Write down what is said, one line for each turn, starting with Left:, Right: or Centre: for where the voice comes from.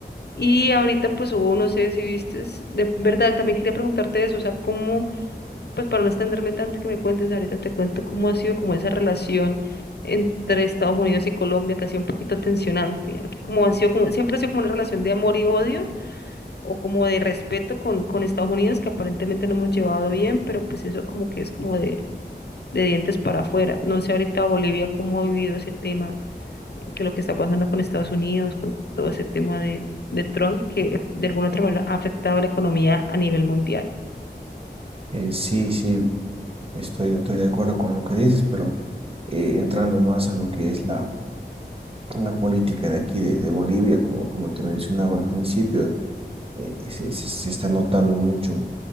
Left: Y ahorita pues hubo, no sé si viste, de verdad, también quería preguntarte eso, o sea, cómo, pues para no extenderme tanto que me cuentes, ahorita te cuento cómo ha sido como esa relación entre Estados Unidos y Colombia, que ha sido un poquito tensionante. Aquí como ha sido como, siempre ha sido como una relación de amor y odio, o como de respeto con, con Estados Unidos, que aparentemente no hemos llevado bien, pero pues eso como que es como de, de dientes para afuera. No sé ahorita Bolivia cómo ha vivido ese tema que lo que está pasando con Estados Unidos, con todo ese tema de, de Trump, que de alguna otra manera ha afectado la economía a nivel mundial.
Right: Eh, sí, sí, estoy, estoy de acuerdo con lo que dices, pero eh, entrando más a lo que es la, la política de aquí de, de Bolivia, como, como te mencionaba al principio, eh, eh, se, se- se está notando mucho